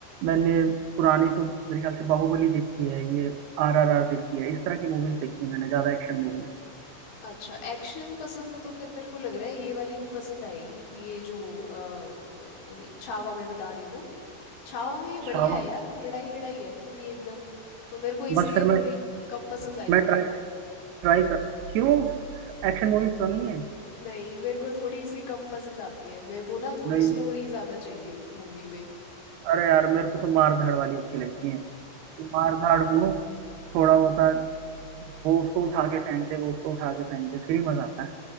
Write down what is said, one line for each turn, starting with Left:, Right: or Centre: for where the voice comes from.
Right: मैंने पुरानी तो मेरे ख्याल से बाहुबली देखी है ये आर आर आर देखी है इस तरह की मूवीज देखी है मैंने ज्यादा एक्शन मूवीज
Left: अच्छा एक्शन पसंद है तो फिर मेरे को लग रहा है ये वाली भी पसंद आएगी ये जो अ, अ, छावा मैं बता रही हूँ ना छाओ में बढ़िया
Right: छावा
Left: है यार लड़ाई लड़ाई है पूरी एकदम तो मेरे को इसीलिए
Right: बस फिर मैं
Left: थोड़ी कम पसंद आई
Right: मैं ट्राई ट्राई कर क्यों एक्शन मूवीज पसंद नहीं है
Left: नहीं मेरे को थोड़ी सी कम पसंद आती है मेरे को ना थोड़ी
Right: नहीं
Left: स्टोरी ज़्यादा चाहिए मूवी में
Right: अरे यार मेरे को तो मार धाड़ वाली अच्छी लगती है कि मार धाड़ को थोड़ा होता है वो उसको उठा के फेंक दे वो उसको उठा के फेंक दे फिर ही मजा आता है